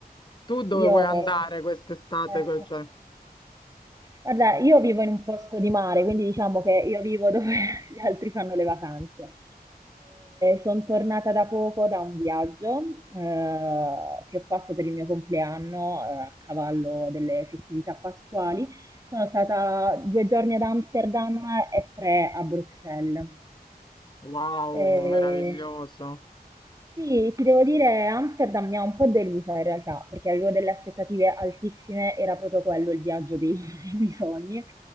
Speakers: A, on the left; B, on the right.
A: tu dove
B: io...
A: vuoi andare
B: sono-
A: quest'estate?
B: eh,
A: Cioè,
B: Guarda, io vivo in un posto di mare, quindi diciamo che io vivo dove <laughs> gli altri fanno le vacanze. sono tornata da poco da un viaggio eh, che ho fatto per il mio compleanno eh, a cavallo delle festività pasquali sono stata due giorni ad Amsterdam e tre a Bruxelles.
A: wow,
B: Eh,
A: meraviglioso.
B: sì, ti devo dire, Amsterdam mi ha un po' delusa in realtà, perché avevo delle aspettative altissime, era proprio quello il viaggio dei, <laughs> dei miei sogni,